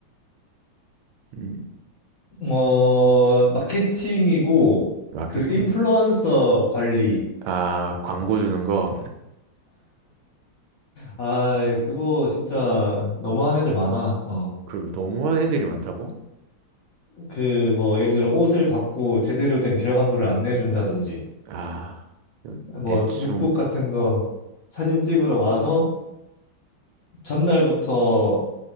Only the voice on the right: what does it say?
음,
마케팅?
아, 광고 주는 거.
그리고 너무한 애들이 많다고?
아,
대충,